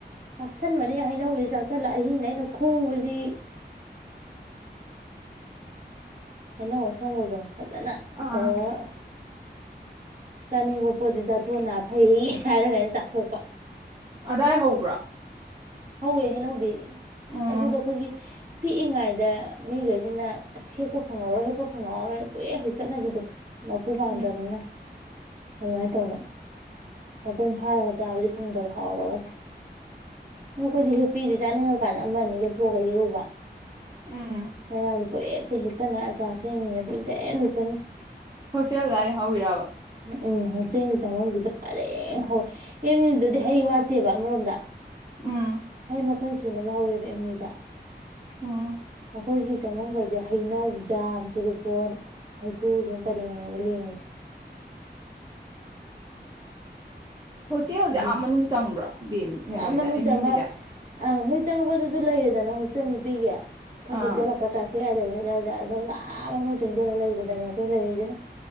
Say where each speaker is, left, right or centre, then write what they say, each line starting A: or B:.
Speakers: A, on the right; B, on the right.
A: ꯆꯥꯁꯤꯟꯕꯅꯦ ꯍꯩꯅꯧꯁꯦ ꯆꯥꯁꯤꯜꯂ ꯑꯍꯤꯡꯗ ꯑꯩꯅ ꯈꯨꯕꯁꯤ ꯍꯩꯅꯧ ꯑꯁꯪꯕꯗꯣ ꯐꯖꯅ
B: ꯑꯥ
A: ꯇꯧꯔꯒ ꯆꯥꯅꯤꯡꯕ ꯄꯣꯠꯇꯤ ꯆꯥꯊꯣꯛꯑ ꯅꯥ ꯐꯩ ꯍꯥꯏꯔꯒ ꯑꯩꯅ ꯆꯥꯊꯣꯛꯄ
B: ꯑꯗꯥꯏ ꯍꯧꯕ꯭ꯔꯣ
A: ꯍꯧꯋꯦ ꯍꯩꯅꯧꯗꯤ
B: ꯎꯝ
A: ꯑꯗꯨꯒ ꯑꯩꯈꯣꯏꯒꯤ ꯄꯤꯛꯏꯉꯩꯗ ꯃꯤꯈꯩꯁꯤꯅ ꯑꯁ ꯍꯦꯛꯄ ꯐꯪꯍꯧꯔꯣꯏ ꯍꯦꯛꯄ ꯐꯪꯍꯧꯍꯧꯔꯣꯏꯅ ꯄꯨꯡꯍꯦꯛ ꯍꯦꯛꯇꯠꯅꯕꯤꯗꯣ ꯃꯄꯨ ꯄꯥꯝꯗ꯭ꯔꯕꯅꯤꯅ
B: ꯎꯝ
A: ꯑꯗꯨꯃꯥꯏꯅ ꯇꯧꯕ ꯃꯄꯨꯡ ꯐꯥꯔꯒ ꯆꯥꯕꯗꯤ ꯐꯪꯗꯕ ꯍꯥꯎꯔꯒ ꯑꯣꯈꯣꯏꯗꯤ ꯍꯦꯛ ꯄꯤꯗꯦ ꯆꯥꯅꯤꯡꯉꯀꯥꯟꯗ ꯑꯃ ꯑꯅꯤꯒ ꯊꯣꯛꯑꯒ ꯍꯦꯛꯎꯕ <unintelligible>
B: ꯎꯝ
A: ꯄꯨꯍꯦꯛꯇ ꯍꯦꯛꯇꯠꯅ ꯑꯆꯥꯔ ꯁꯦꯝꯃꯤꯅꯦ ꯄꯨꯨꯡꯁꯦꯝꯗ ꯁꯦꯝꯅꯩ
B: ꯍꯣꯁꯇꯦꯜꯑꯗꯥꯥꯏ ꯍꯧꯋꯤꯔꯕ
A: ꯎꯝ ꯍꯣꯁꯇꯦꯜꯒꯤ ꯆꯪꯐꯝꯁꯤꯗ ꯄꯔꯦꯡ ꯍꯧꯋꯦ ꯑꯦꯝ ꯌꯨꯁꯤꯗꯗꯤ ꯍꯩ ꯋꯥꯠꯇꯦꯕ ꯑꯃꯔꯣꯝꯗ
B: ꯎꯝ
A: ꯍꯩ ꯃꯈꯜ ꯁꯨꯅꯕ ꯍꯧꯋꯦꯕ ꯑꯦꯝ ꯌꯨꯗ
B: ꯑꯣ
A: ꯑꯩꯈꯣꯏꯒꯤ ꯆꯪꯕꯝꯒꯁꯦ ꯍꯩꯅꯧ ꯖꯥꯝ ꯆꯨꯔꯨꯐꯣꯟ ꯍꯩꯀꯨꯁꯤꯅ ꯄꯔꯦꯡꯅꯦꯕ ꯂꯦꯡꯉꯤꯁꯦ
B: ꯍꯣꯁꯇꯦꯜꯁꯦ
A: ꯑꯗꯨ
B: ꯑꯥ ꯃꯅꯨꯡ ꯆꯪꯕ꯭ꯔꯣ ꯗꯦꯝ ꯀꯩꯅꯣꯒꯤ
A: ꯌꯥꯝ ꯃꯅꯨꯡ
B: ꯑꯦꯝ
A: ꯆꯪꯃ
B: ꯌꯨ ꯒꯤꯁꯦ
A: ꯑꯪ ꯍꯦꯛ ꯆꯪꯉꯛꯄꯗꯁꯨ ꯂꯩꯔꯦꯗꯅ ꯍꯣꯁꯇꯦꯜ ꯅꯨꯄꯤꯒꯤ ꯈꯔ
B: ꯑꯥ
A: ꯆꯪꯖꯤꯜꯂꯛꯄ ꯇ꯭ꯔꯐꯤꯛ ꯑꯥꯏꯂꯦꯟ ꯑꯗꯥꯏꯗ ꯑꯥ ꯃꯅꯨꯡ ꯆꯪꯁꯤꯜꯂꯒ ꯂꯩꯕꯗꯅꯦ ꯑꯩꯈꯣꯏ ꯂꯩꯔꯤꯁꯤꯅ